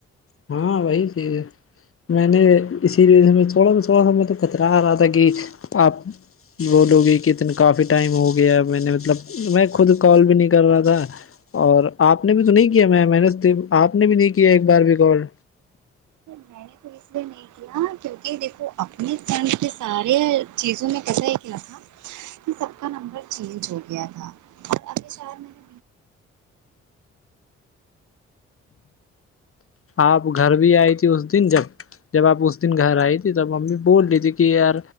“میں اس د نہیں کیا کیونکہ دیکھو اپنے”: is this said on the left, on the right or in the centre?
Right